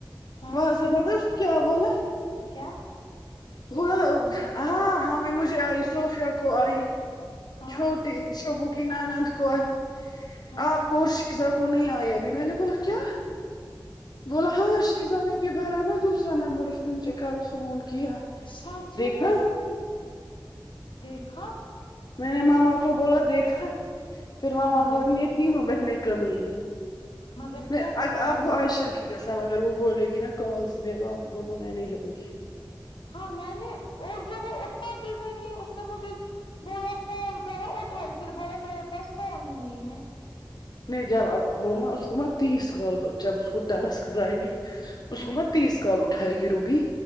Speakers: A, on the left; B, on the left.
A: ہاں
B: وہاں سے پتا اس نے کیا بولا
A: کیا
B: بولا ہاں ہمیں مج جھے آئی صوفیا کو آئی
A: ہاں
B: چھوٹی شبو کی نند کو آئی
A: ہاں
B: آپ کو اور شیزا کو نہیں آئے ابھی میں نے بولا کیا بول ہاں شیزا نے بھی بھرا نا دوسرا نمبر اس نے مجھے کل فون کیا
A: سچی
B: دیکھا
A: میں دیکھا
B: میں نے ماما کو بولا دیکھا پھر ماما
A: مگر
B: بولی
A: کیسے
B: یہ تینوں بہن
A: ہے
B: کمینی ہیں
A: مگر
B: میں
A: کیسی
B: اب
A: ہے
B: کو
A: وہ
B: عائشہ کی قسم اگر وہ بولے گی نا کال لے لو اب بولا میں نہیں لگوں گی
A: ہاں میں نے اور جو وہ اٹھاتی بھی نہیں اس نے مجھے بولا فون کرو اٹھائی پھر بولا میرے پاس فون ہی نہیں ہے
B: نہیں جب اب وہ میں اس کو میں تیس کالز جب اس کو ٹاسکس آئی اس
A: ہاں
B: کو میں تیس کال اٹھائے گی روبی